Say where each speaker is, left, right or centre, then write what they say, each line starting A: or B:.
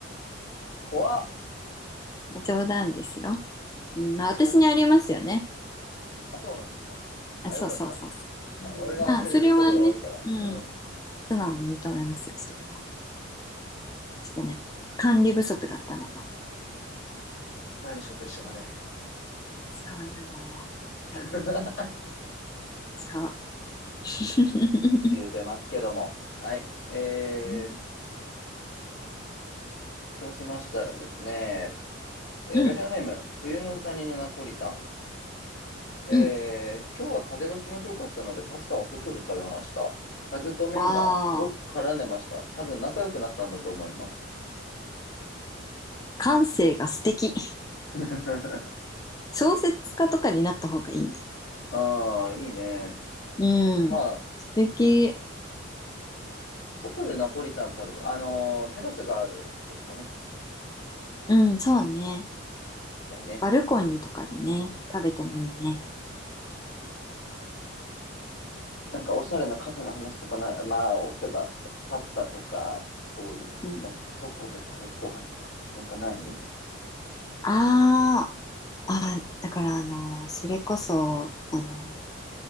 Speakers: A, on the left (about 70°); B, on the left (about 20°).
A: 怖っ。
B: 冗談ですよ。うん、
A: <laughs>
B: まあ私にありますよね。
A: そうあ、そうなんですか。あ、
B: あ、そうそうそうそう。
A: よかった。あ、
B: うん、
A: 俺が忘れることが多いから。
B: まあそれはね、うん、
A: うん。
B: 素直に認めますよ、それは。ちょっとね、管理不足だったなと。
A: 財務省と一緒だね。
B: そうなの。うん、
A: <laughs>
B: そう。<laughs>
A: 言うてますけども。はい。えー、
B: うん、
A: そうしましたらですね、えーラジオネーム、
B: うん、
A: 冬の谷のナポリタン。えー、
B: うん。
A: 今日は風が気持ちよかったので、パスタは外で食べました。風と麺がすごく絡んでました。
B: わあ。
A: 多分仲良くなったんだと思います。
B: 感性が素敵。
A: <laughs>
B: 小説家とかになった方がいいね。
A: ああ、いいね。
B: うん。
A: まあ、
B: 素敵。
A: 外でナポリタン食べる。あのーテラスがあるカフェとかね、
B: うん、そうね。
A: 行きたいね。
B: バルコニーとかでね、食べてもいいね。
A: なんかおしゃれなカフェの話とかない。まあ、おとか、パスタとか、そういう、
B: うん。
A: なんか外で食べるご飯とか、なんかない
B: ああ、あ、だからあの、それこそ、あの、